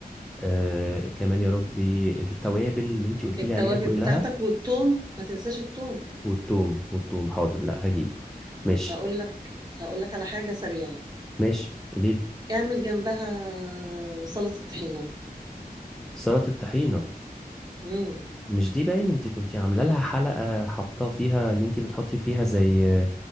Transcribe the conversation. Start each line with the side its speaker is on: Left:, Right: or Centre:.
Centre: آه كمان يا ربي التوابل اللي انتي قلتي
Right: التوابل
Centre: لي عليها كلها
Right: بتاعتك والثوم ما تنساش الثوم
Centre: والثوم والثوم حاضر لا هجيبه ماشي
Right: هقول لك هقول لك على حاجه سريعه
Centre: ماشي قوليلي
Right: اعمل جنبها سلطه طحينه
Centre: سلطه الطحينه
Right: امم
Centre: مش دي باين انت كنتي عامله لها حلقه حاطه فيها ان انت بتحطي فيها زي آه،